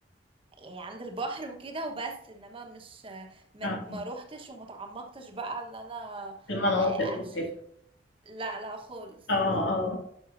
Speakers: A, on the right; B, on the left.
A: يعني عند البحر وكده وبس انما مش ما,
B: اه
A: ما روحتش وما تعمقتش بقى ان انا
B: في المناطق
A: آه،
B: وكده
A: امشي لا لا خالص
B: اه اه